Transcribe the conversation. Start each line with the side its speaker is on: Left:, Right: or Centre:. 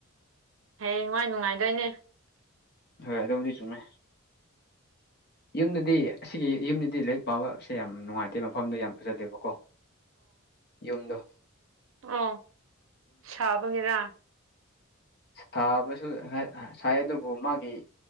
Right: ꯍꯌꯦꯡ ꯅꯨꯡꯥꯏ ꯅꯨꯡꯉꯥꯏꯗꯣꯏꯅꯦ
Left: ꯍꯣꯏ ꯑꯗꯨꯕꯨꯗꯤ ꯆꯨꯝꯃꯦ ꯌꯨꯝꯗꯗꯤ ꯑꯁꯤꯒꯤ ꯌꯨꯝꯗꯗꯤ ꯂꯥꯏꯔꯤꯛ ꯄꯥꯕꯁꯦ ꯌꯥꯝ ꯅꯨꯡꯉꯥꯏꯇꯦ ꯃꯐꯝꯗꯣ ꯌꯥꯝ ꯐꯖꯗꯦꯕꯀꯣ ꯌꯨꯝꯗ
Right: ꯑ ꯁꯥꯕꯅꯤꯔ
Left: ꯁꯥꯕꯁꯨ ꯁꯥꯏ ꯑꯗꯨꯕꯨ ꯃꯥꯒꯤ